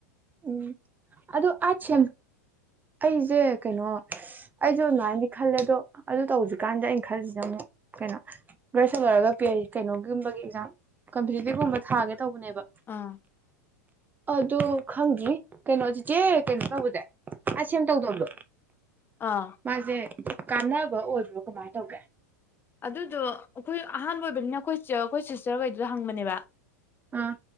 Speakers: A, on the right; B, on the left.
A: ꯎꯝ ꯑꯗꯣ ꯑꯥꯢꯠꯁꯦꯝ ꯑꯩꯁꯦ ꯀꯩꯅꯣ ꯑꯩꯁꯨ ꯑꯗꯨꯃꯥꯏꯅꯗꯤ ꯈꯜꯂꯦ ꯑꯗꯣ ꯑꯗꯨ ꯇꯧꯗꯔꯤꯀꯥꯟꯗ ꯑꯩꯅ ꯈꯜꯂꯤꯁꯤꯅ ꯑꯃꯨꯛ ꯀꯩꯅꯣ ꯒ꯭ꯔꯦꯖꯦꯁꯟ ꯂꯣꯢꯔꯒ ꯄꯤ ꯑꯩ ꯀꯩꯅꯣꯒꯨꯝꯕꯒꯤ ꯑꯦꯛꯖꯥꯝ ꯀꯝꯄꯤꯇꯤꯇꯤꯚꯀꯨꯝꯕ ꯊꯥꯒꯦ ꯇꯧꯕꯅꯦꯕ
B: ꯑꯥ
A: ꯑꯗꯨ ꯈꯪꯗ꯭ꯔꯤ ꯀꯩꯅꯣꯆꯤꯆꯦ ꯀꯩꯅꯣ ꯇꯧꯕꯗ ꯑꯥꯢꯠꯁꯦꯝ ꯇꯧꯗꯕꯗꯣ
B: ꯑꯥ
A: ꯃꯥꯁꯦ ꯀꯥꯟꯅꯕ ꯑꯣꯏꯕ꯭ꯔꯣ ꯀꯃꯥꯏ ꯇꯧꯒꯦ
B: ꯑꯗꯨꯗꯣ ꯑꯩꯈꯣꯏ ꯑꯍꯥꯟꯕ ꯑꯣꯏꯕꯅꯤꯅ ꯑꯩꯈꯣꯏ ꯑꯩꯈꯣꯏ ꯁꯤꯁꯇꯔꯈꯩꯗꯨꯗ ꯍꯪꯕꯅꯦꯕ
A: ꯑꯥ